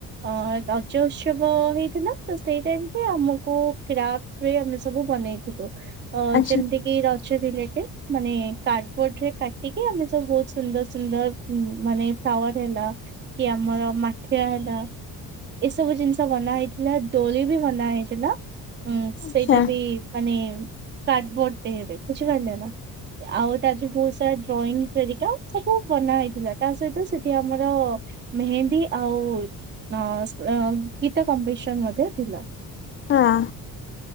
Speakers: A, on the right (about 30°); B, on the left (about 35°).
A: ହଁ ରଜ ଉତ୍ସବ ହେଇଥିଲା। ତ ସେଇ ଟାଇମକି ଆମକୁ କ୍ରାପ୍ ରେ ଆମେ ସବୁ ବନେଇଥିବୁ, ତ
B: ଆଚ୍ଛା
A: ଯେମିତିକି ଏ ରଜ ରିଲେଟେଡ୍, ମାନେ କାର୍ଡବୋର୍ଡ ରେ କାଟିକି ଆମେ ସବୁ ସୁନ୍ଦର ସୁନ୍ଦର ମାନେ ଫ୍ଲାୱାର ହେଲା, କି ଆମର ମାଠିଆ ହେଲା ଏସବୁ ଜିନିଷ ବନା ହେଇଥିଲା, ଦୋଳି ବି ବନା ହେଇଥିଲା ଉଁ
B: ଆଚ୍ଛା
A: ସେଇଟା ବି ମାନେ କାର୍ଡବୋଡ ଦେହେରେ ବୁଝିପାରିଲେ ନା। ଆଉ ତା ଯଉ ବହୁତ ସାରା ଡ୍ରଇଂ ହେରିକା। ସବୁ ବନା ହେଇଥିଲା, ତା ସହିତ ସେଠି ଆମର ମେହେନ୍ଦୀ ଆଉ ହଁ ଅଂ ଗୀତ କମ୍ପିଟିସନ ମଧ୍ୟ ଥିଲା।
B: ହଁ।